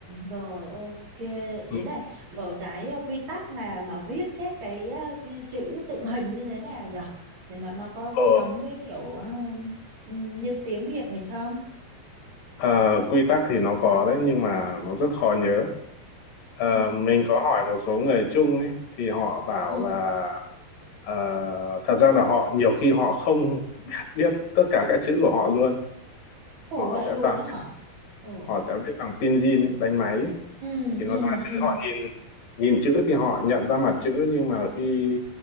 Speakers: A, on the right; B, on the left.
A: rồi ok ý
B: Ừ.
A: là rồi cái ờ, quy tắc mà mà viết các cái, ờ, cái chữ tượng hình như thế nào nhở thì nó nó có có
B: ờ,
A: giống cái kiểu ờ, ừ, như tiếng Việt mình không
B: à, quy tắc thì nó có đấy nhưng mà nó rất khó nhớ Ờ,
A: ừ
B: mình có hỏi một số người chung ấy thì họ bảo
A: ừ
B: là ờ, thật ra là họ nhiều khi họ không <laughs> biết tất cả các chữ của họ luôn
A: ủa
B: họ
A: vậy
B: sẽ
A: luôn
B: toàn
A: đó hả ừ
B: họ sẽ viết bằng pinyin ấy, đánh máy ấy.
A: ừ
B: thì
A: ừ
B: nó ra chữ
A: ừ
B: họ nhìn nhìn chữ thì họ nhận ra mặt chữ nhưng mà khi